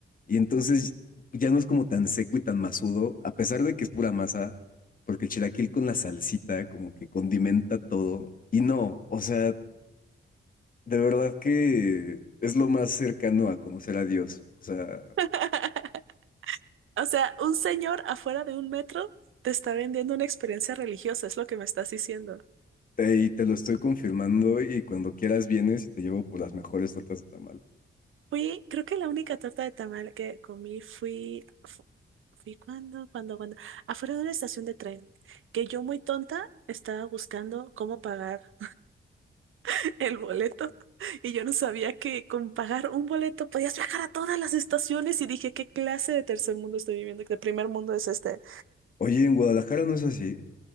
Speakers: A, on the left; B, on the right.
A: y entonces ya no es como tan seco y tan masudo, a pesar de que es pura masa, porque el chilaquil con la salsita como que condimenta todo. Y no, o sea, de verdad que es lo más cercano a conocer a Dios. O sea,
B: <laughs> O sea, un señor afuera de un metro te está vendiendo una experiencia religiosa, es lo que me estás diciendo.
A: te, y te lo estoy confirmando y cuando quieras vienes y te llevo por las mejores tortas de tamal.
B: Fui, creo que la única torta de tamal que comí fui, fu- fui cuando, cuando, cuando, afuera de una estación de tren, que yo muy tonta estaba buscando cómo pagar <laughs> el boleto y yo no sabía que con pagar un boleto podías viajar a todas las estaciones y dije, ¿qué clase de tercer mundo estoy viviendo? ¿Qué primer mundo es este?
A: Oye, en Guadalajara no es así.